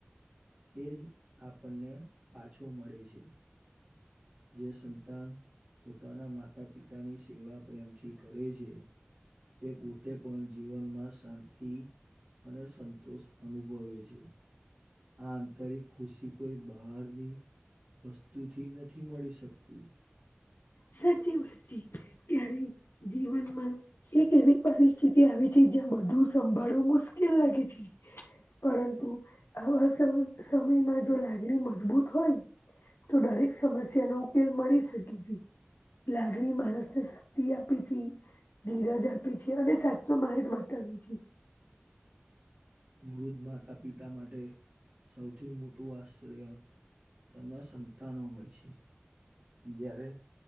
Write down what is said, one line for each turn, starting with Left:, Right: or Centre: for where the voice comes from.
Right: તે જ આપણને પાછો મળે છે. જે સંતાન પોતાના માતા પિતાની સેવા પ્રેમથી કરે છે તે પોતે પણ જીવનમાં શાંતિ અને સંતોષ અનુભવે છે. આ અંતરિક ખુશી કોઈ બહારની વસ્તુ થી નથી મળી શકતી.
Left: સાચી વાત છે. ક્યારે જીવનમાં એક એવી પરિસ્થિતિ આવી છે જ્યાં બધું સંભાળવું મુશ્કેલ લાગે છે. પરંતુ આવા સમય સમયમાં જો લાગણી મજબૂત હોય તો દરેક સમસ્યા નો ઉકેલ મળી શકે છે. લાગણી માણસ ને શક્તિ આપે છે. ધીરજ આપે છે અને સાચો માર્ગ બતાવે છે.
Right: વૃદ્ધ માતા પિતા માટે સૌથી મોટું આશ્રય, તેમના સંતાનો હોય છે. જયારે